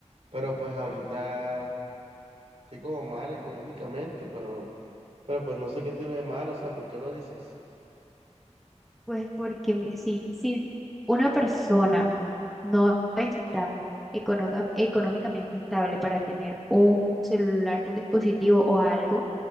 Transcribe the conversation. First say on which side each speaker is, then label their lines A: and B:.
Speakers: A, on the right (about 60°); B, in the centre.
A: pero pues ahorita. estoy como mal económicamente, pero, pero pues no sé qué tiene de malo, o sea, ¿por qué lo dices?
B: Pues porque mi- si, si una persona no está económica- económicamente estable para tener un celular, un dispositivo o algo,